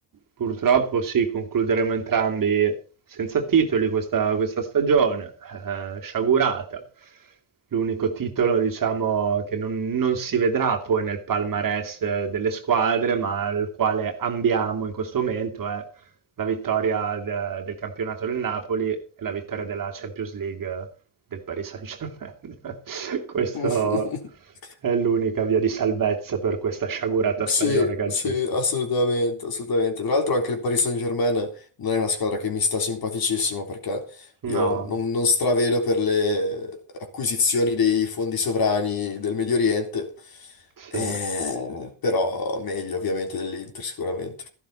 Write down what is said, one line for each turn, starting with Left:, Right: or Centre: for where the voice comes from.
Right: purtroppo sì, concluderemo entrambi senza titoli questa, questa stagione, eh, sciagurata. L'unico titolo, diciamo, che non, non si vedrà poi nel palmarès eh, delle squadre, ma al quale ambiamo in questo momento è la vittoria de- del campionato del Napoli e la vittoria della Champions League del Paris Saint-Germain. <laughs> Questo
Left: <laughs>
Right: è l'unica via di salvezza per questa sciagurata
Left: Sì,
Right: stagione calcistica.
Left: sì, assolutamente, assolutamente. Tra l'altro anche il Paris Saint-Germain non è una squadra che mi sta simpaticissima perché
Right: No,
Left: io non, non stravedo per le acquisizioni dei fondi sovrani del Medio Oriente,
Right: sì.
Left: Eh, però meglio ovviamente dell'Inter sicuramente.